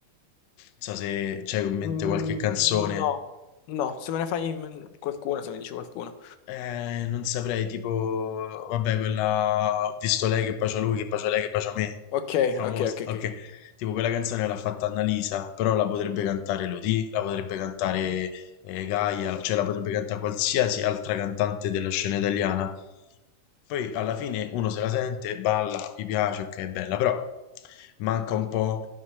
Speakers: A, on the left; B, on the left.
A: so se c'hai in mente
B: Mm,
A: qualche canzone.
B: no, no, se me ne fai in- qualcuno, se mi dici qualcuno.
A: Eh, non saprei, tipo, vabbè, quella ho visto lei che bacia lui, che bacia lei, che bacia me,
B: Ok,
A: famosa,
B: ok, ok, ok.
A: ok, tipo quella canzone l'ha fatta Annalisa, però la potrebbe cantare Elodie, la potrebbe cantare eh, Gaia, cioè la potrebbe cantare qualsiasi altra cantante della scena italiana, poi alla fine uno se la sente, balla, gli piace, ok, è bella, però manca un po'